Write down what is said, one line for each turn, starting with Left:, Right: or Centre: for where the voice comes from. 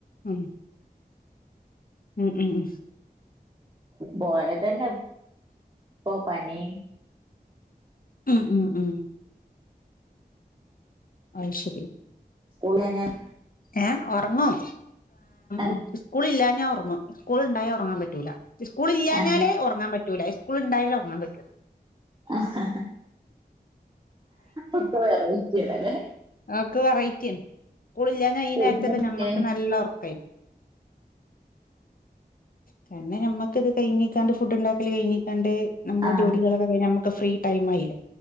Left: ഉം ഉം ഉം ഉം
Right: പോയതന്നെ ഇപ്പോ പനി
Left: ഉം ഉം ഉം അയ് ശരി
Right: ഓലങ്ങനെ
Left: ഏഹ് ഉറങ്ങും
Right: ആഹ്
Left: ഇഹ് സ്കൂള ഇല്ലഞ്ഞാ ഉറങ്ങും സ്കൂൾ ഇണ്ടായ ഉറങ്ങാൻ പറ്റൂല സ്കൂൾ ഇയ്യാഞ്ഞാലേ
Right: ആഹ്
Left: ഉറങ്ങാൻ പറ്റൂല്ല സ്കൂൾ ഉണ്ടായാലും ഉറങ്ങാൻ പറ്റൂ
Right: ആഹ് ഇപ്പ വെറൈറ്റിയാണല്ലേ
Left: ഇക്ക് വെറൈറ്റിണ് സ്കുളില്ലഞ്ഞ ഈ
Right: ക്കെ
Left: നേരത്തക്കെ നമ്മുക്ക് നല്ല ഉറക്കായിരിക്കും കാരനം നമ്മക്ക് ഇത് കഴിഞ്ഞിക്കാണ്ട് ഫുഡ്ണ്ടാക്കല് കഴിഞ്ഞീക്കാണ്ട് നമ്മള്
Right: ആഹ്
Left: ജോലികളൊക്കെ കഴിഞ്ഞാ നമുക്ക് ഫ്രീ ടൈമായില്ലേ